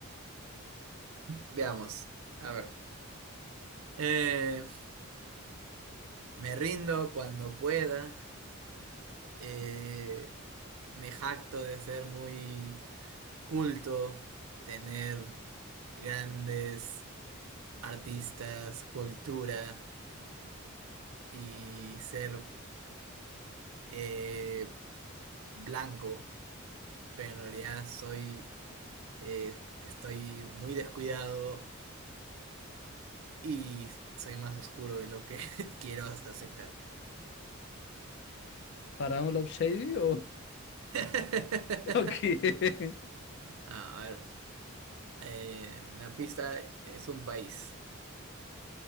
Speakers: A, on the right; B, on the left.
A: Veamos, a ver. Eh, me rindo cuando pueda. Eh, me jacto de ser muy culto, tener grandes artistas, cultura. y ser eh, blanco, pero en realidad soy, eh, estoy muy descuidado y soy más oscuro de lo que <laughs> quiero aceptar.
B: ¿Faraón Love Shady o, <laughs>
A: <laughs>
B: o quién?
A: Ah, a ver, eh, una pista es un país.